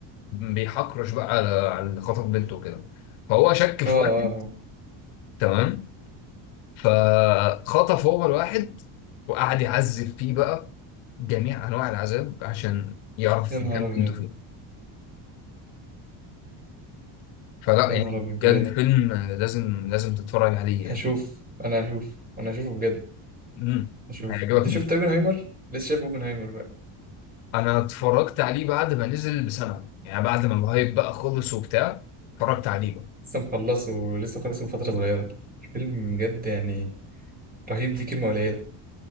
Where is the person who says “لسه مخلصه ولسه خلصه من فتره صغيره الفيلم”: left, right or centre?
Right